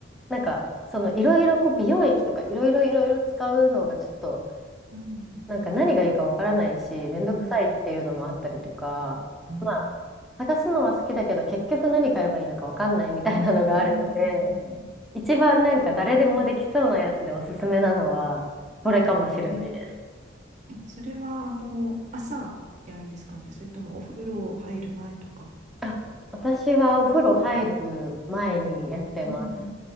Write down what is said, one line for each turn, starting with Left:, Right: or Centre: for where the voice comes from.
Centre: なんか、その、いろいろ、こう、美容液とか、いろいろ、いろいろ使うのが、ちょっと、
Right: ん。
Centre: なんか、何がいいかわからないし、めんどくさいっていうのもあったりとか、
Right: うん。うん。
Centre: まあ、探すのは好きだけど、結局何買えばいいのかわかんないみたいなのがあるので、
Right: うん。うん。
Centre: 一番なんか、誰でもできそうなやつでおすすめなのは、これかもしれないです。
Right: へえ。え、それは、あの、朝やるんですかね。それともお風呂入る前とか。
Centre: あ、私はお風呂入る前にやってます。
Right: はい。うんうん。